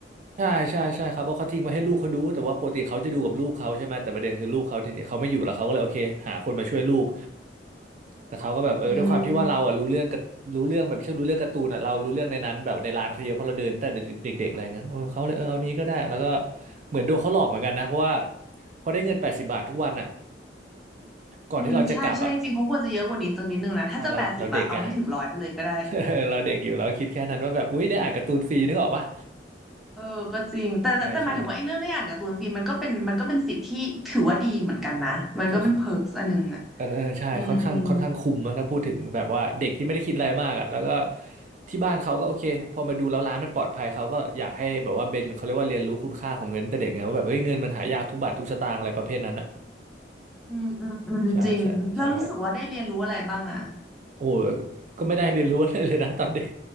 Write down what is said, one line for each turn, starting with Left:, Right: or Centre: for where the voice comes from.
Right: ใช่ใช่ใช่ครับเพราะเขาทิ้งไว้ให้ลูกเขาดูแต่ว่าปกติเขาจะดูกับลูกเขาใช่ไหมแต่ประเด็นคือลูกเขาทีเนี้ยเขาไม่อยู่แล้วเขาก็เลยโอเคหาคนมาช่วยลูก แต่เขาก็แบบเออด้วยความที่ว่าเราอ่ะรู้เรื่องกับรู้เรื่องแบบไม่ใช่รู้เรื่องการ์ตูนอ่ะเรารู้เรื่องในนั้นแบบในร้านเขาเยอะเพราะเราเดินตั้งแต่เด็กๆอะไรอย่างเงี้ยเออเขาเลยเออเอานี้ก็ได้แล้วก็
Centre: อืม
Right: เหมือนโดนเขาหลอกเหมือนกันนะเพราะว่าพอได้เงินแปดสิบบาททุกวันอ่ะก่อนที่เราจะกลับอ่ะ
Centre: อืมใช่ใช่จริงๆเขาควรจะเยอะกว่านี้สักนิดนึงนะถ้าจะแปดสิบอะเอาให้ถึงร้อยไปเลยก็ได้
Right: ใช่เราเราเด็กอ่ะ <laughs> เราเด็กอยู่เราก็คิดแค่นั้นว่าแบบอุ๊ยได้อ่านการ์ตูนฟรีนึกออกปะ
Centre: <laughs> เออก็จริงแต่แต่แต่หมายถึงว่าไอ้เรื่องได้อ่านการ์ตูนฟิมันก็เป็นมันก็เป็นสิทธิ์ที่ถือว่าดีเหมือนกันนะมันก็เป็นเพิร์กอันหนึ่งอ่ะ
Right: ใช่ใช่ถือ เออเออใช่ค่อนข้างค่อนข้างคุมนะถ้าพูดถึงแบบว่าเด็กที่ไม่ได้คิดอะไรมากอ่ะแล้วก็
Centre: อืมอืม
Right: ที่บ้านเขาก็โอเคพอมาดูแล้วร้านมันปลอดภัยเขาก็อยากให้แบบว่าเบนเขาเรียกว่าเรียนรู้คุณค่าของเงินตั้งแต่เด็กไงว่าแบบเฮ้ยเงินมันหายากทุกบาททุกสตางค์อะไรประเภทนั้นอ่ะ
Centre: อืมอืมอืมจริงแล้วรู้สึกว่าได้เรียนรู้อะไรบ้างอ่ะ
Right: ใช่ใช่ใช่ โอ้ก็ไม่ได้เรียนรู้อะไรเลยนะ <laughs> ตอนเด็ก